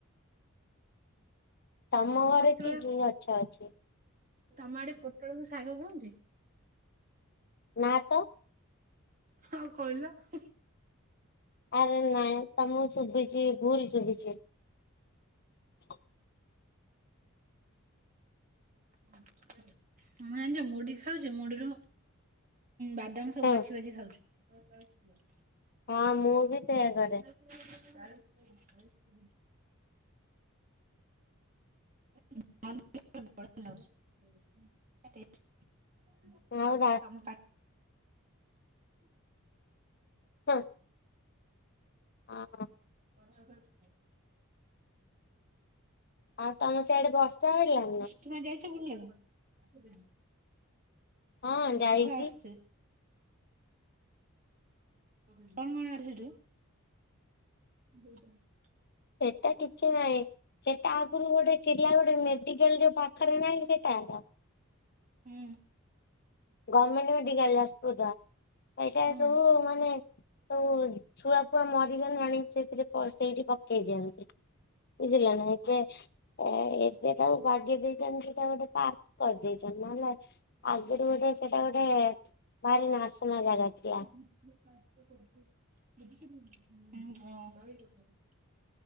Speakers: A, on the left (about 45°); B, on the right (about 35°).
A: ତମ ଘରେ
B: ପୋଟଳ
A: କି କି ଗଛ ଅଛି?
B: ତମ ଆଡେ ପୋଟଳକୁ ଶାଗ କହନ୍ତି?
A: ନା ତ।
B: ହଁ କଇଲ ହୁଁ।
A: ଆରେ ନାଇଁ ତମୁକୁ ଶୁବିଚି ଭୁଲ ଶୁବିଚି। ହ <unintelligible>
B: ମୁଁ ଜାଣିଚ ମୁଢି ଖାଉଛି ମୁଢିରୁ ବାଦାମ ସବୁ
A: ହଁ
B: ବାଛି ବାଛି ଖାଉଚି।
A: ହଁ ମୁଁ ବି ସେଇୟା କରେ।
B: <inaudible> <unintelligible>
A: ଆଉ ରା
B: ତମ ପା
A: ହଁ ହଁ।
B: <inaudible>
A: ଆଉ ତମ ସିଇଆଡେ ବର୍ଷା ହେଲା?
B: କୃଷ୍ମା ଯାଇଚି ବୁଲିବାକୁ?
A: ହଁ
B: ମେଘ
A: ଯାଇଚି।
B: ଆସୁଛି କଣ କଣ ଆଡେ ସେଠୁ। ବ <unintelligible>
A: ସେଟା କିଛି ନାହିଁ ସେଟା ଆଗୁରୁ ଗୋଟେ ଚିଡିଆ ଗୋଟେ ମେ ଡିକାଲ ଯୋଉ ପାଖରେ ନାହିଁ ସେଟା କା
B: ହୁଁ।
A: ଗମେଣ୍ଟ ମେଡିକାଲ ଯାଜପୁରର ସେଇଟା
B: ହୁଁ
A: ସବୁ ମାନେ ସବୁ ଛୁଆ ଫୁଆ ମରିଗଲେ ଆଣିକି ସେଥିରେ ପସ ସେଇଠି ପକ ପକେଇ ଦିଅନ୍ତି ବୁଝିଲ ନା ଯେ ଏ ଏବେ ତାକୁ ବାଗେଇ ଦେଇ ଯେମିତି ସେଟା ଗୋଟେ ପାର୍କ କରିଦେଇଚନ୍ତି ନହେଲେ ଆଗରୁ ଗୋଟେ ସେଟା ଗୋଟେ ଭାରି ନାଶନା ଜାଗା। ଥିଲା
B: ହୁଁ ହଁ।